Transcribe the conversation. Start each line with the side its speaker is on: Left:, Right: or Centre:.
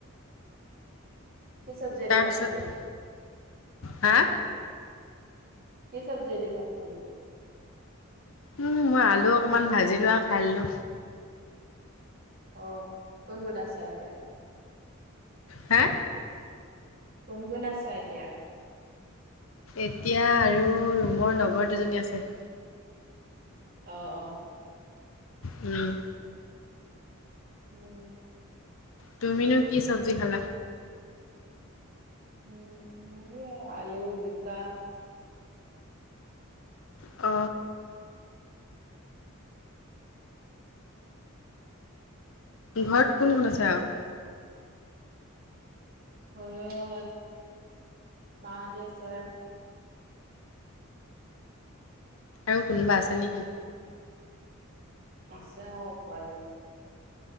Right: কি চব্জিয়েদি
Left: তাৰপিছত
Right: ভাত খালি
Left: হা
Right: স চব্জিদি খাট থালে
Left: উম মই আলু অকনমান ভাজি লো আৰু খাইলো
Right: অ কোন গোত আছা এতিয়া
Left: হা?
Right: কোন কোন আছে এতিয়া?
Left: এতিয়া আৰু ৰুমৰ লগৰ দুজনী আছে।
Right: অ অ।
Left: উম।
Right: উম।
Left: তুমিনো কি চব্জি খালা?
Right: উম। আলু, জিকা
Left: অ। ঘৰত কোন কোন আছে আৰু?
Right: ঘৰত মাহতি আছে।
Left: আৰু কোনোবা আছে নেকি?
Right: আছে পোৱালী।